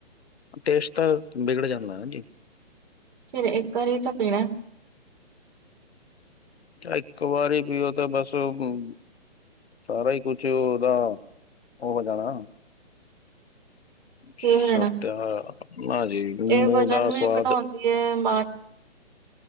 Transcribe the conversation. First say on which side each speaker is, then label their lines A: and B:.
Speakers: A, on the left (about 70°); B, on the right (about 45°).
A: ਟੇਸਟ ਵਿਗੜ ਜਾਂਦਾ ਨਾ ਜੀ।
B: ਫੇਰ ਇੱਕ ਵਾਰੀ ਤਾਂ ਪੀਣਾ।
A: ਇੱਕ ਵਾਰੀ ਪੀਓ ਤੇ ਬਸ ਮ ਸਾਰਾ ਈ ਕੁਛ ਉਹਦਾ ਉਹ ਹੋ ਜਾਣਾ। ਸਾਡਾ
B: ਪੀ ਲੈਣਾ।
A: ਨਾਜੀ ਮੂੰਹ
B: ਇਹ ਵਜ਼ਨ
A: ਦਾ
B: ਵੀ
A: ਸਵਾਦ
B: ਘਟਾਉਂਦੀ ਹੈ ਮਾਨ